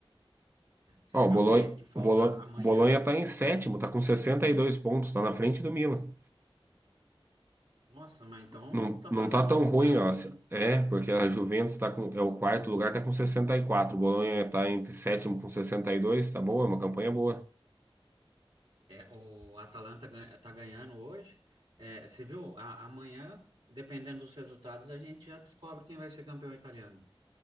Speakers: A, on the right (about 60°); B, on the right (about 25°).
A: Você
B: Ó,
A: vê
B: o Bolonha,
A: o que que falta
B: o Bolonha,
A: amanhã?
B: o Bolonha tá em sétimo, tá com 62 pontos, tá na frente do Milan.
A: Nossa, mas então
B: Não,
A: tá
B: não
A: fazendo
B: tá
A: uma
B: tão
A: campanha
B: ruim,
A: boa.
B: ó.
A: tá?
B: É, porque a Juventus tá com, é o quarto lugar, tá com 64. O Bolonha tá entre sétimo com 62 tá boa, é uma campanha boa.
A: É, o Atalanta ganha- tá ganhando hoje. É, você viu? A- amanhã, dependendo dos resultados, a gente já descobre quem vai ser campeão italiano.